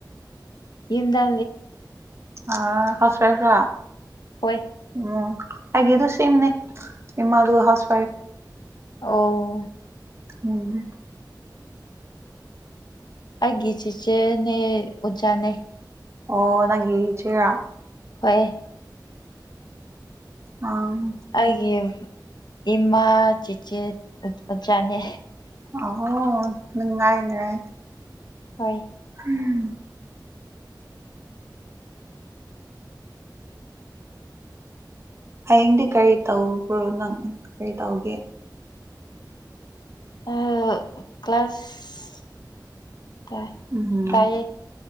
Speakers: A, on the left; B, on the right.
A: ꯌꯦꯗ
B: ꯑꯥ ꯍꯥꯎꯁ ꯋꯥꯏꯐꯔꯥ
A: ꯍꯣꯏ
B: ꯎꯝ ꯑꯩꯒꯤꯗꯨ ꯁꯦꯝꯅꯤ ꯏꯃꯥꯁꯨ ꯍꯥꯎꯁ ꯋꯥꯏꯐ
A: ꯑꯣ
B: ꯎꯝ
A: ꯑꯩꯒꯤ ꯆꯤꯆꯦꯅꯦ ꯑꯣꯖꯥꯅꯦ
B: ꯑꯣ ꯅꯪꯒꯤ ꯏꯆꯦꯔ
A: ꯍꯣꯏ
B: ꯑ
A: ꯑꯩꯒꯤ ꯏꯃꯥ ꯆꯤꯆꯦ ꯑꯣꯖꯥꯅꯦ
B: ꯑꯣꯍꯣ ꯅꯨꯡꯉꯥꯏ ꯅꯨꯉꯥꯏ
A: ꯍꯣꯏ
B: ꯎꯝ ꯍꯌꯦꯡꯗꯤ ꯀꯔꯤ ꯇꯧꯕ꯭ꯔꯣ ꯅꯪ ꯀꯔꯤ ꯇꯧꯒꯦ
A: ꯑꯥ ꯀ꯭ꯂꯥꯁ ꯇꯥ
B: ꯎꯝ
A: ꯇꯥꯏꯌꯦ